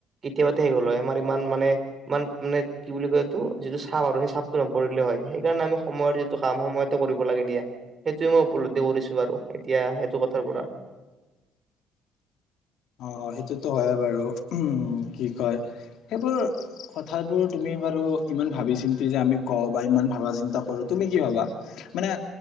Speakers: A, on the right; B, on the left.
A: কেতিয়াবাতে শেষ হ'ল হয় আমাৰ ইমান মানে ইমান মানে কি বুলি কয় এইটো যিটো চাপ আৰু সেই চাপটো নপৰিলে হয় সেইকাৰণে আমি সময়ৰ যি সময়ৰ কাম সময়তে কৰিব লাগে দিয়া সেইটোয়ে মই উপলব্ধি কৰিছো বাৰু এতিয়া সেইটো কথাৰ পৰা
B: অ সেইটোতো হয় বাৰু উম কি কয় সেইবোৰ কথাবোৰ তুমি বাৰু ইমান ভাবি চিন্তি যে আমি কওঁ বা ইমান ভাবা চিন্তা কৰো তুমি কি ভাবা মানে